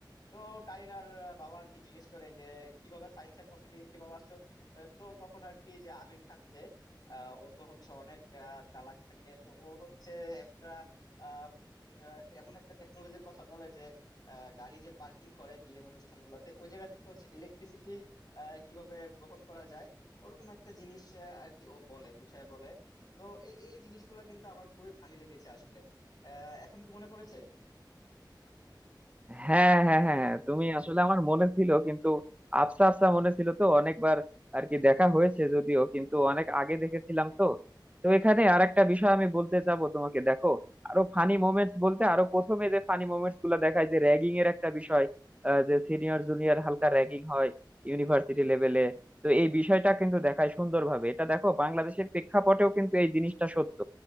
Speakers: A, on the left; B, on the right.
A: তো কারিনার বাবা আর কি জিজ্ঞেস করে যে কিভাবে সায়েন্সের পক্ষ থেকে কিভাবে আসছো আহ, তো তখন আর কি যে আমির খান যে আহ, ও তো হচ্ছে অনেক আহ, চালাক থাকে তো ও হচ্ছে একটা আম, আহ, এমন একটা টেকনোলজির কথা বলে যে আহ, গাড়ি যে পার্কিং করে বিয়ের অনুষ্ঠান গুলাতে ওই জায়গা থেকে হচ্ছে ইলেকট্রিসিটি কিভাবে গ্রহণ করা যায় ওরকম একটা জিনিস আহ, আর কি ও বলে বুঝায় বলে তো এই এই জিনিসগুলা কিন্তু আমার খুবই ফানি লেগেছে আসলে আহ এখন কি মনে পড়েছে
B: হ্যাঁ হ্যাঁ হ্যাঁ হ্যাঁ, তুমি আসলে আমার মনে ছিল কিন্তু আবসা আবসা মনে ছিল তো অনেকবার আর কি দেখা হয়েছে যদিও কিন্তু অনেক আগে দেখেছিলাম তো তো এখানে আরেকটা বিষয় আমি বলতে চাবো তোমাকে দেখো আরো ফানি মোমেন্টস বলতে আরো প্রথমে যে ফানি মোমেন্টস গুলো দেখায় যে র্যাগিং এর একটা বিষয় আহ, যে সিনিয়র জুনিয়র হালকা র্যাগিং হয় ইউনিভার্সিটি লেভেলে তো এই বিষয়টা কিন্তু দেখায় সুন্দরভাবে এটা দেখো বাংলাদেশের প্রেক্ষাপটেও কিন্তু এই জিনিসটা সত্য